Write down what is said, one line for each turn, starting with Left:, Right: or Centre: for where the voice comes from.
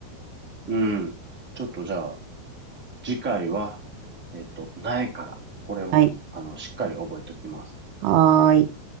Centre: うん。ちょっとじゃあ、次回は、えっと、苗から、これを、
Right: はい。
Centre: あの、しっかり覚えておきます。
Right: はーい。